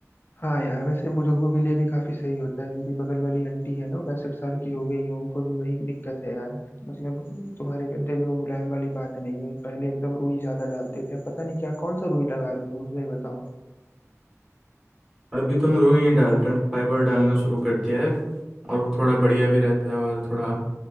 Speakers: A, on the left; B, in the centre.
A: हाँ यार वैसे बुजुर्गों के लिए भी काफी सही होता है मेरी बगल वाली आंटी है ना पैंसठ साल की हो गई है उनको भी वही दिक्कत है यार मतलब तुम्हारे गद्दे में वो मुलायम वाली बात नहीं है पहले एकदम रुई ज्यादा डालते थे अब पता नहीं क्या कौन सा रुई लगा रहे हो तुम मुझे ही बताओ
B: अभी तो हम रुई नहीं डाल रहे हैं फाइबर डालना शुरू कर दिया है और वो थोड़ा बढ़िया भी रहता है और थोड़ा